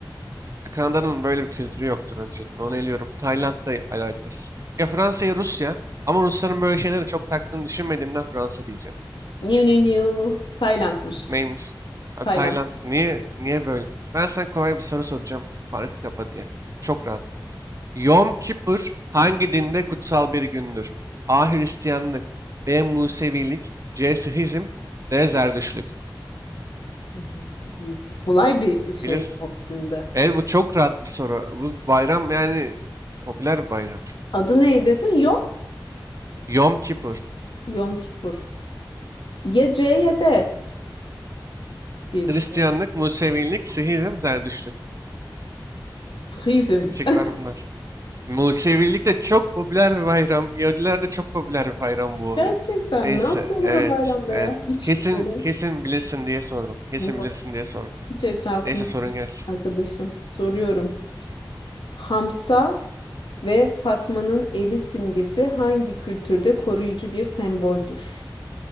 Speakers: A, on the right; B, on the left.
A: Kanada'nın böyle bir kültürü yoktur öncelikle. Onu eliyorum. Tayland'da alakasız. Ya Fransa ya Rusya. Ama Rusların böyle şeylere çok taktığını düşünmediğimden Fransa diyeceğim.
B: New new new. Tayland'mış.
A: Neymiş? Ha,
B: Tayland.
A: Tayland
B: <laughs>
A: niye niye böyle? Ben sana kolay bir soru soracağım. Farkı kapa diye. Çok rahat. Yom Kippur hangi dinde kutsal bir gündür? A. Hristiyanlık B. Musevilik C. Sihizm D. Zerdüştlük.
B: Hı hı. Kolay bir şey
A: Bilirsin.
B: mi bu şimdi?
A: E bu çok rahat bir soru. Bu bayram yani popüler bir bayram çünkü.
B: Adı ne dedin? Yom?
A: Yom Kippur.
B: Yom Kipur. Ya C ya D diye
A: Hristiyanlık,
B: düşünüyorum.
A: Musevilik, Sihizm, Zerdüştlük.
B: Sıhizm.
A: Şıklar
B: <laughs>
A: bunlar. Musevilik de çok popüler bir bayram. Yahudiler de çok popüler bir bayram bu.
B: Gerçekten
A: Neyse,
B: ne yapıyorlar
A: evet,
B: o bayramda
A: evet.
B: ya? Hiç
A: Kesin,
B: öyle.
A: kesin bilirsin diye sordum. Kesin
B: Yok.
A: bilirsin diye sordum.
B: Hiç etrafımda
A: Neyse sorun gelsin.
B: arkadaşım. Soruyorum. Hamsa ve Fatma'nın eli simgesi hangi kültürde koruyucu bir semboldür?